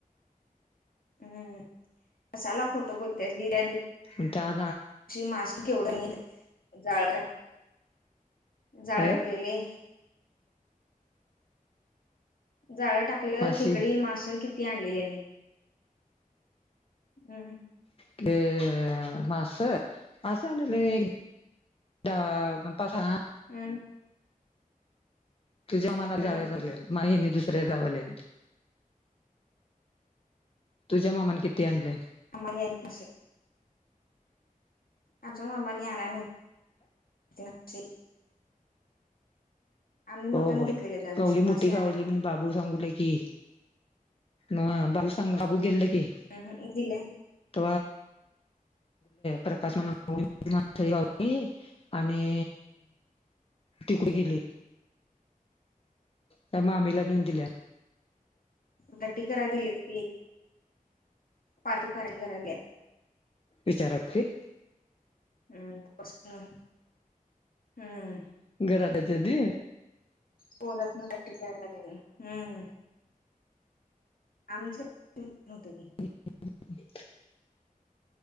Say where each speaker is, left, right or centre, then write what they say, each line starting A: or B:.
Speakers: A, on the left; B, on the left.
A: हम्म कसाला खोटं बोलतेड
B: मग त्या आ
A: मास केवढं नाही जाळ जाळकलेले
B: अ
A: जाळं टाकलेलं
B: मासी
A: खेकडी मास किती आणलेली हम्
B: क मास मांस आनल काते बबा घान
A: हम्
B: तु ज मनाला
A: हम्म
B: जायला लागल मा लावले तुझ्या मामाने किती आणले
A: आम गन मसे आमच्या मा्मा न ना आण हो मक्षी आम्ही मटण
B: हो होय
A: घेतलेले त्या दिवशी
B: गवडी
A: मासे
B: मोठी
A: आणाय
B: गावली
A: नव्हते.
B: म्हण बा बाबू सांगूला कि बाबू सांग बाबू गेले की
A: ह ह उला
B: त प्रकाश म <unintelligible> आणि तिकड गेली त्या माममीला नेन दिल्या
A: पट करा दिलेस पर परयरा
B: विचाराचे
A: हम् कसन हम्म
B: घराडायच्याधी
A: पोरस न बटी काला देन हम् आमच्या होते की
B: आवाज नाही